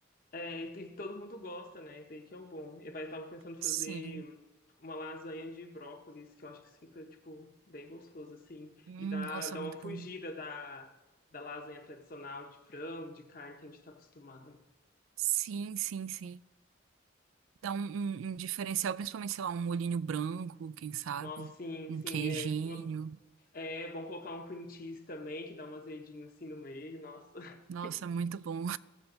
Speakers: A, on the left; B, on the right.
A: é, e tem- todo mundo gosta, né? Isso daí que é o bom. Eu tava pensando em fazer
B: Sim.
A: uma lasanha de brócolis, que eu acho que fica, tipo, bem gostoso, assim.
B: Hum,
A: E dá,
B: nossa,
A: dá
B: muito
A: uma fugida
B: bom.
A: da, da lasanha tradicional de frango, de carne que a gente tá acostumado.
B: Sim, sim, sim. Dá um, um, um diferencial, principalmente, sei lá, um molhinho branco, quem sabe?
A: Nossa, sim,
B: Um
A: sim.
B: queijinho.
A: é, É bom colocar um cream cheese também, que dá um azedinho assim no meio. Nossa, <laughs>
B: Nossa, muito bom.